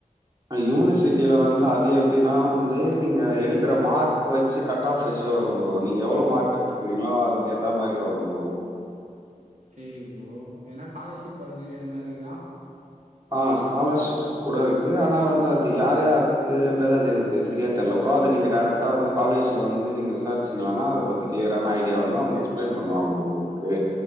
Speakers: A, on the right; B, on the right.
A: யூனிசிட்டியில வந்து அது எப்டின்னா வந்து நீங்க எடுக்குற மார்க் வெச்சி கட் ஆஃப் ஃரெஷ்ஷா வரும் ப்ரோ நீ எவ்ளோ மார்க் எடுத்துக்கிறங்களோ அதுக்கேத்தா மாரி வரும் ப்ரோ
B: செரி ப்ரோ ஏன்னா காலர்ஷிப் அது மாரி எதனா இருக்குதா
A: ஆ ஸ்காலர்ஷிப் கூட இருக்கு ஆனா வந்து அது யார் யாருகுன்றத அது எனக்கு செரியா தெர்ல ப்ரோ அது நீங்க டேரக்ட் டா வந்து காலேஜ்ல வந்து நீங்க விசார்ச்சிங்கனா அத பத்தி கிளியரான ஐடியா வந்து அவுங்க எக்ஸ்பிளைன் பண்ணுவாங்க ப்ரோ உங்களுக்கு